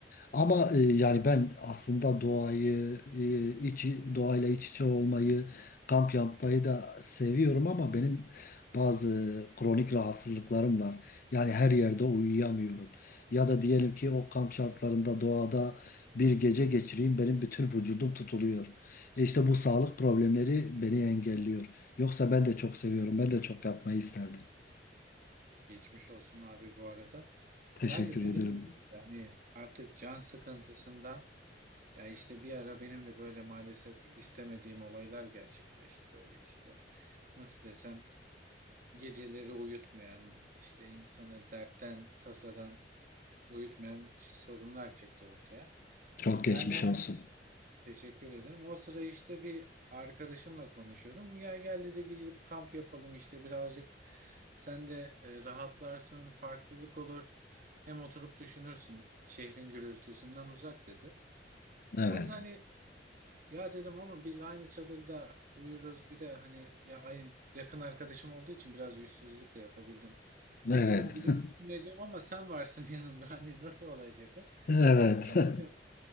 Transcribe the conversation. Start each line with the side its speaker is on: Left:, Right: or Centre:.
Left: Ama e, yani ben aslında doğayı, e, içi, doğayla iç içe olmayı, kamp yapmayı da seviyorum ama benim bazı kronik rahatsızlıklarım var. Yani her yerde uyuyamıyorum. Ya da diyelim ki o kamp şartlarında doğada bir gece geçireyim benim bütün vücudum tutuluyor. E işte bu sağlık problemleri beni engelliyor. Yoksa ben de çok seviyorum. Ben de çok yapmayı isterdim.
Right: Geçmiş olsun abi bu arada.
Left: Teşekkür
Right: Ben de dediğim
Left: ederim.
Right: gibi yani artık can sıkıntısından ya işte bir ara benim de böyle maalesef istemediğim olaylar gerçekleşti böyle işte. Nasıl desem geceleri uyutmayan işte insanı dertten tasadan uyutmayan sorunlar çıktı ortaya.
Left: Çok geçmiş
Right: Benden
Left: olsun.
Right: Teşekkür ederim. O sıra işte bir arkadaşımla konuşuyordum. Ya geldi de gidip kamp yapalım işte birazcık. Sen de e, rahatlarsın, farklılık olur. Hem oturup düşünürsün şehrin gürültüsünden uzak dedi.
Left: Evet.
Right: Ben de hani ya dedim ama biz aynı çadırda uyuruz. Bir de hani ya ay- yakın arkadaşım olduğu için biraz yüzsüzlük de yapabildim. Hani
Left: Evet.
Right: dedim gidip
Left: <laughs>
Right: düşüneceğim ama sen varsın <laughs> yanımda. Hani nasıl olacak o?
Left: Evet.
Right: İyi
Left: <laughs>
Right: dedi.